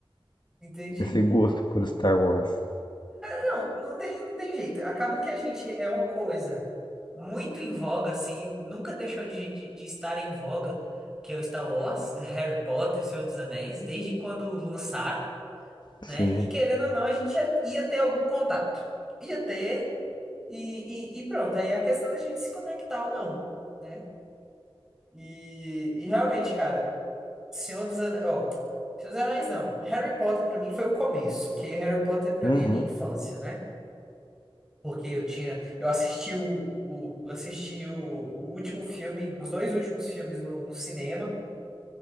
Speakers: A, in the centre; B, on the left.
A: Entendi.
B: esse gosto por Star Wars.
A: Não, não tem, não tem jeito. Acaba que a gente é uma coisa muito em voga, assim, nunca deixou de, de, de estar em voga, que é o Star Wars, Harry Potter, Senhor dos Anéis, desde quando lançaram.
B: Sim.
A: né? E querendo ou não, a gente ia, ia ter algum contato. Ia ter, e, e, e pronto. Aí é a questão da gente se conectar ou não, né? E, e realmente, cara, Senhor dos Anéis. Ó, Senhor dos Anéis não. Harry Potter pra mim foi o começo, que Harry Potter pra
B: Uhum.
A: mim é minha infância, né? Porque eu tinha. Eu assisti o, o, assisti o, o último filme, os dois últimos filmes no, no cinema.